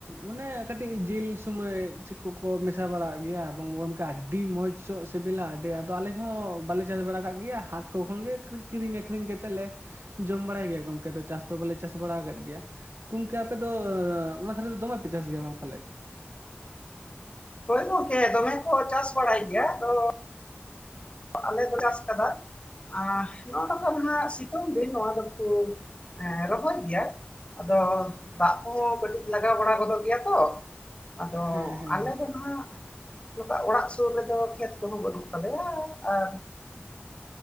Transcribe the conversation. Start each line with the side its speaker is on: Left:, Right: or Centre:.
Right: ᱚᱱᱮ ᱠᱟᱹᱴᱤᱡ ᱡᱤᱞ ᱥᱩᱢᱚᱭ ᱪᱮᱜ ᱠᱚᱠᱚ ᱢᱮᱥᱟ ᱵᱟᱲᱟ ᱦᱟᱸᱜ ᱜᱮᱭᱟ ᱮᱵᱚᱝ ᱜᱚᱝᱠᱮ ᱟᱰᱤ ᱢᱚᱸᱡᱽᱼᱼ ᱥᱚᱜ ᱥᱤᱵᱤᱞᱟ ᱾ ᱟᱹᱰᱤ, ᱟᱫᱚ ᱟᱞᱮ ᱦᱚᱸ ᱵᱟᱞᱮ ᱪᱟᱥ ᱵᱟᱲᱟ ᱠᱟᱜ ᱜᱮᱭᱟ ᱦᱟᱴᱼᱼ ᱛᱚᱠᱷᱚᱱ ᱜᱮ ᱠᱤᱨᱤᱧ ᱟᱹᱠᱷᱨᱤᱧ ᱠᱟᱛᱮᱜ ᱞᱮ ᱡᱚᱢ ᱵᱟᱲᱟᱭ ᱜᱮᱭᱟ ᱜᱚᱝᱠᱮ, ᱟᱫᱚ ᱪᱟᱥ ᱫᱚ ᱵᱟᱞᱮ ᱪᱟᱥ ᱵᱟᱲᱟ ᱟᱠᱟᱫ ᱜᱮᱭᱟ᱾ ᱜᱚᱝᱠᱮ ᱟᱯᱮᱫᱚ ᱚᱱᱟ ᱫᱷᱟᱨᱮ ᱫᱚ ᱫᱚᱢᱮ ᱯᱮ ᱪᱟᱥ ᱜᱮᱭᱟ ᱵᱟᱝ ᱯᱟᱞᱮᱫ?
Left: ᱦᱚᱭ ᱜᱚᱝᱠᱮ ᱫᱚᱢᱮ ᱠᱚ ᱪᱟᱥ ᱵᱟᱲᱟᱭ ᱜᱮᱭᱟ ᱾ ᱟᱫᱚᱼᱼ ᱟᱞᱮ ᱫᱚ <unintelligible> ᱪᱟᱥ ᱠᱟᱫᱟ᱾ ᱟᱸ ᱱᱚᱣᱟ ᱵᱟᱠᱷᱚᱨᱟ ᱫᱚ ᱡᱟᱦᱟᱸ ᱥᱤᱛᱩᱝ ᱫᱤᱱ ᱱᱚᱣᱟ ᱫᱚᱠᱚ ᱮᱸ ᱨᱚᱦᱚᱭ ᱜᱮᱭᱟ ᱾ ᱟᱫᱚ ᱫᱟᱜ ᱠᱚᱦᱚᱸ ᱠᱟᱹᱴᱤᱡ ᱞᱟᱜᱟᱣ ᱵᱟᱲᱟ ᱜᱚᱫᱚᱜ ᱜᱮᱭᱟ ᱛᱚ ᱾ ᱟᱫᱚ
Right: ᱦᱮᱸ ᱦᱮᱸ
Left: ᱟᱞᱮ ᱫᱚ ᱱᱟᱜ ᱱᱚᱠᱟ ᱚᱲᱟᱜ ᱥᱩᱨ ᱨᱮᱫᱚ ᱠᱷᱮᱛ ᱠᱚᱦᱚᱸ ᱵᱟᱹᱱᱩᱜ ᱛᱟᱞᱮᱭᱟ ᱾ ᱟᱨᱼᱼ